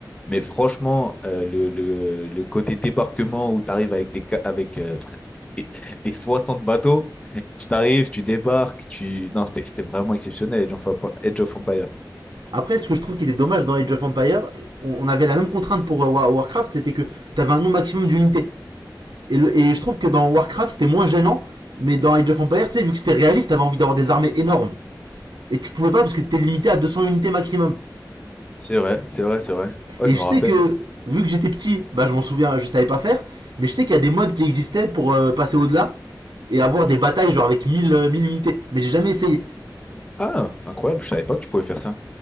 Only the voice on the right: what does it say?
Après, ce que je trouve qui était dommage dans Age of Empire, on, on avait la même contrainte pour euh, Wa- Warcraft, c'était que t'avais un nombre maximum d'unités. Et, le- et je trouve que dans Warcraft, c'était moins gênant, mais dans Age of Empire, tu sais, vu que c'était réaliste, t'avais envie d'avoir des armées énormes. Et tu pouvais pas parce que t'étais limité à 200 unités maximum.
Et
je sais
que, vu que j'étais petit, bah, je m'en souviens, je savais pas faire. Mais je sais qu'il y a des modes qui existaient pour euh, passer au-delà et avoir des batailles genre avec 1000 euh, unités. Mais j'ai jamais essayé.